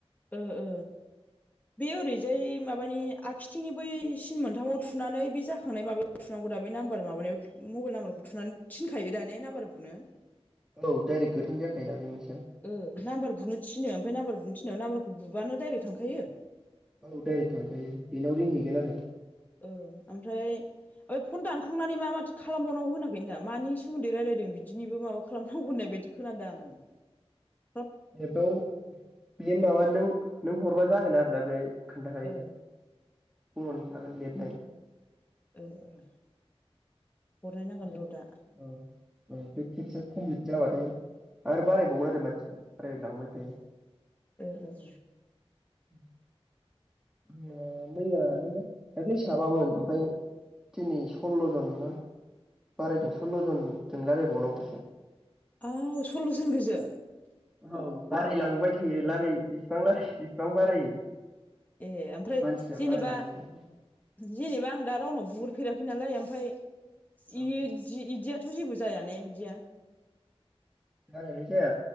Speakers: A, on the left (about 15°); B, in the centre.
A: ओ - ओ बे ओरैजाय माबानि आगिथिंनि बै सिन मोनथामाव थुनानै बे जाखांनाय माबायाव थुनांगौ दा बे नाम्बार माबानायाव मबाइल नाम्बारखौ थुनानै थिनखायो दा ने नाम्बार बुनो
B: औ डाइरेक्ट गोथां जाखायोना बे मोनसे
A: ओ नामबार बुनो थिनो ओमफ्राय नाम्बार बुनो थिन नाम्बारखौ बुबानो डाइरेक्ट थांखायो
B: औ दायरेक थांखायो बेनाव रिंहैगोन आरो
A: औ ओमफ्राय ओ फन दानखांनानै मा मा माथो खालामबावनांगौ होनाखै दा मानि सोमोन्दै रायलायदों बिदिनिबो माबा खालामनांगौ होननाय बायदि खोनादों आं
B: एबायाव बे माबा नों नों हर बा जागोन आरोना बेहाय खोन्थाखायो
A: ओ
B: बरनि थागोन लिर नै
A: ओ - ओ हरनायनांगोन
B: औ
A: र' दा
B: - औ बे थिसे <unintelligible> जाबाथाय आरो बारायबावगोन आरो मानसिया बारायलांबाय थायो
A: ओ - ओ - ओ
B: <inaudible> मैया मैया नामा दाख्लै साबामोन ओमफफ्राय दिनै सल्ल जन ना बारायदों सल्ल जनजों राय्लायबावनांगौसो
A: आव सल्लजन गोजो
B: औ बारायलांबाय थायो लारायो बेसिबां लारायो बेसिबां बारायो
A: ए ओमफ्राय
B: मानसिया
A: जेनेबा
B: बारायलांबाय थायो
A: जेनेबा आं दा रावनाव बुरफेराखै नालाय ओमफाय
B: औ
A: इदि इदिया थ जेबो जाया ने बिदिया
B: जानायलाय जाया